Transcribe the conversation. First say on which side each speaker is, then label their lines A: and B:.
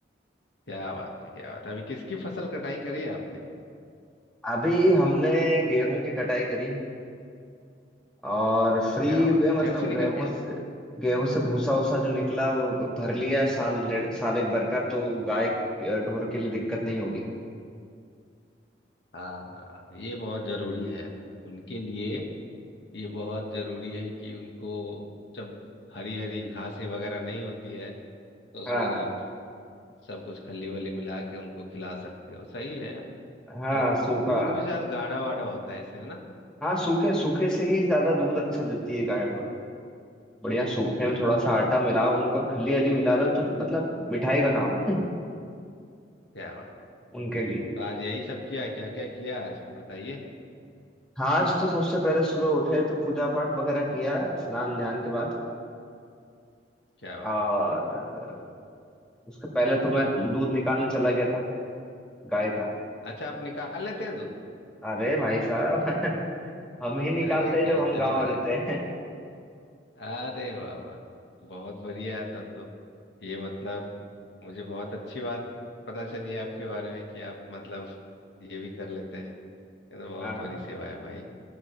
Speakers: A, on the left; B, in the centre.
A: क्या बात है क्या बात है अभी किसकी फसल कटाई करी है आपने
B: अभी हमने गेहूं की कटाई करी और फ्री
A: क्या बात
B: हुए
A: है
B: मतलब
A: कैसे निकल
B: गेहूं
A: गया
B: से गेहूं से भूसा वूसा जो निकला वो भर लिया साल डेढ़
A: हाँ
B: साल एक भर का तो गाय ढोर के लिए दिक्कत नहीं होगी
A: हाँ हाँ, ये बहुत जरूरी है उनके लिए ये बहुत जरूरी है कि उनको जब हरी हरी घासें वगैरह नहीं होती है तो उसमें
B: हाँ
A: आप सब कुछ खली वली मिला के उनको खिला सकते हो सही है
B: हाँ
A: और
B: सूखा
A: दूध भी शायद गाढ़ा वाढ़ा होता है इससे है ना
B: हाँ सूखे सूखे से ही ज्यादा दूध अच्छा देती है गाय ढोर बढ़िया सूखे में
A: हाँ
B: थोड़ा सा आटा मिलाओ उनको और खली हली मिला दो तो मतलब मिठाई का काम है
A: क्या बात
B: <laughs> उनके लिए
A: तो आज यही सब किया क्या क्या किया आज बताइए
B: खास तो सबसे पहले सुबह उठे तो पूजा पाठ वगैरह किया स्नान ध्यान के बाद
A: क्या बात
B: और
A: है
B: अ, उसके पहले तो मैं दूध निकालने चला गया था गाय का
A: अच्छा आप निकाल लेते हैं दूध
B: अरे भाई साहब <laughs> हम ही निकालते
A: अरे
B: हैं जब
A: गजब
B: हम गांव
A: है,
B: रहते
A: गजब
B: हैं
A: अरे वाह वाह बहुत बढ़िया है तब तो ये मतलब मुझे बहुत अच्छी बात पता चली है आपके बारे में कि आप मतलब ये भी कर लेते हैं ये तो बहुत
B: हाँ
A: बड़ी सेवा है भाई